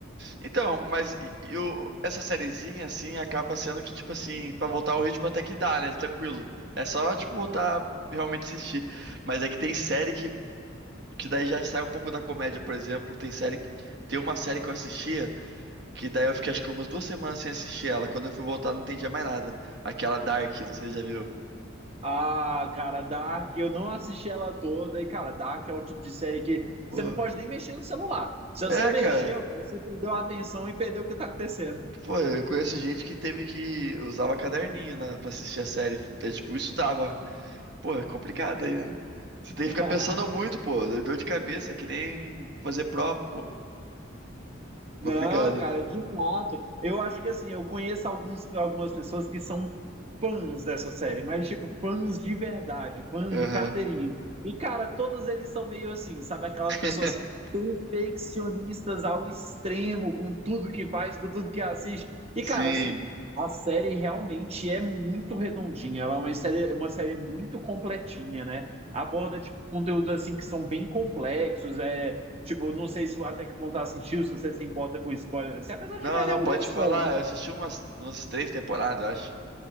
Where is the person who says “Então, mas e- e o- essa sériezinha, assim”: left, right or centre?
Right